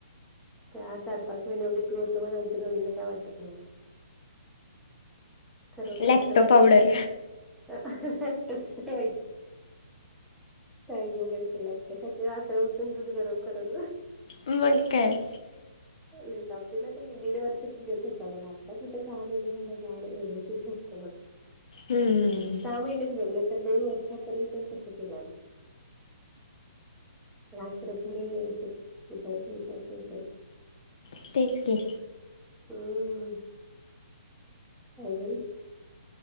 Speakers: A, in the centre; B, on the left.
A: त्या चार पाच महिने उगे तू होतं म्हणून आमच्या दोघीना काय वाटत नव्हत. खरं कसत
B: लॅक्टो
A: वाटायचं.
B: पावडर
A: कसरत व्हायच. काही ग बाई त्याला एकट्या साठी रात्र उठून दूध गरम करत.
B: मग काय.
A: लई ताप दीला त्यांनी. दीड वर्ष तर देत होता बग. आत्ता कुठं सहा महिने झालं गड व्यवस्थित होत बघ. <inaudible>
B: हम्म हम्म.
A: हा महिनेच बघणार तर दोन वर्षापर्यंतन तस केलं बघ. रात्रभर असच उठायच उठायचं, उठायच.
B: ठीके.
A: हम्म. आजोळी.